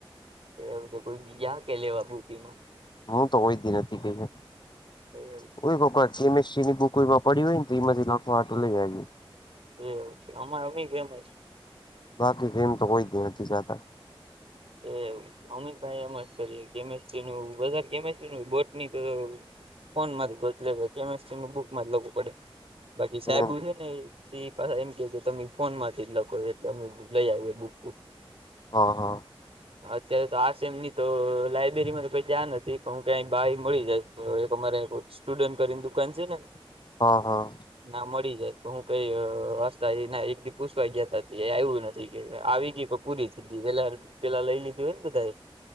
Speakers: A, on the right (about 90°); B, on the left (about 50°).
A: એવું કોઈ બી ગ્યા કે લેવા બુટી માં
B: હું તો કોઈ દી નથી ગ્યો
A: એવું
B: કોઈ વખત કેમેસ્ટ્રીની બુક પડી હોય તો એમાંથી લખવા હાટુ લઈ આવી
A: એવું છે અમા અમી ફેમસ
B: બાકી ગેમ તો કોઈ દી નથી જાતા
A: એ અમિતભાઈ એમ જ કરીએ કેમિસ્ટ્રી નું વધાર કેમિસ્ટ્રીનું બોટ ની તો ફોન માંથી ગોત લે કેમિસ્ટ્રી નું બુક માં જ લખવું પડે બાકી સાહેબુ
B: એમ
A: છે ને ઈ એ પાછા એમ કે કે તમે ફોન માંથી જ લખો એટલે અમે લઈ આવીએ બુક બુક
B: હ હ
A: અત્યારે તો આ છે સેમની તો લાઈબેરીમાં તો કોઈ જાન નથી પણ હું કાઈ બારિ મળી જાય તો એ સોમવારે <unintelligible> સ્ટુડન્ટ કરીને દુકાન છે ને
B: હ હ
A: ના મળી જાય તો હું કઈ હસતા એના એક દી પૂછવા ગ્યા તા એ આયવું નથી કે આવી ગી <unintelligible> પૂરી થધી, પેલા પેલા લઈ લીધું હોય ને, બધાએ.